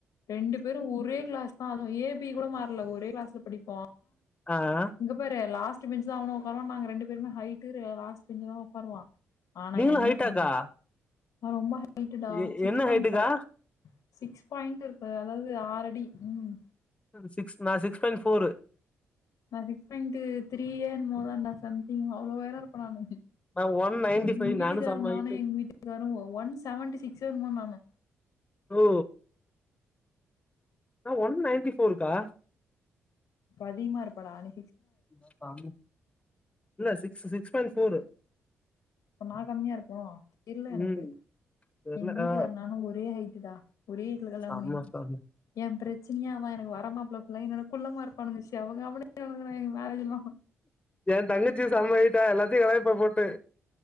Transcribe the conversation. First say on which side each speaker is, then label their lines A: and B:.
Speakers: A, on the left; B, on the left.
A: ரெண்டு பேரு ஒரே கிளாஸ் தா அதுவு ஏ பி கூட மாறல ஒரே கிளாஸ்ல படிப்போ
B: ஆ ஆ
A: இங்க பாரு லாஸ்ட் பெஞ்சுதா அவுனு உக்காருவா நாங்க ரெண்டு பேருமே ஹைட்டு லாஸ்ட் பெஞ்சு தா உக்காருவா ஆனா
B: நீங்களு
A: என்ன
B: ஹைட்டாக்கா
A: ஒண்ணு நா ரொம்ப ஹைட்டுடா
B: எ
A: சிக்ஸ்
B: என்ன
A: பாய்ண்ட்ஃபை
B: ஹைட்டுக்கா
A: சிக்ஸ் பாயிண்ட் இருக்கு அதாவது ஆறடி ம்
B: சிக்ஸ் நான் சிக்ஸ் பாயிண்ட் ஃபோரு
A: நா சிக் பாய்ன்து த்ரீயே என்னமோதான்டா சம்திங் அவ்ளோ உயர இருப்ப நானு
B: நா ஒன் நைன்டி
A: எங்க
B: ஃபைவ்
A: வீட்டுக்காரு
B: செம
A: நானு
B: ஹைட்டு
A: எங்க வீட்டுக்காரு ஒன் செவன்டி சிக்ஸோ என்னம்மோ நானு
B: ஓ நா ஒன் நைன்டி ஃபோர்க்கா
A: இப்ப அதிகமா இருப்ப நானு
B: <unintelligible> என்ன சிக்ஸ் சிக்ஸ் பாய்ண்ட் ஃபோரு
A: அப்ப நா கம்மியா இருப்போ தெர்ல எனக்கு
B: ம் தெர்ல
A: எங்க வீட்டுக்காரு
B: ஆ
A: நானூ ஒரே ஹைட்டு டா ஒரே வீட்ல கல்யாணோ
B: செம்ம
A: பண்ணிகனோ
B: செம்ம
A: எ பிரச்சனையே அதா எனக்கு வரமாப்ள்ள ஃபுல்லா என்னோட குள்ளமா இருப்பானுங்க செம காமெடியா <inaudible> என்னோட மேரேஜ்லா
B: ஏ தங்கச்சியு செம ஹைட்டா எல்லாத்தையு கலாய்ப்ப போட்டு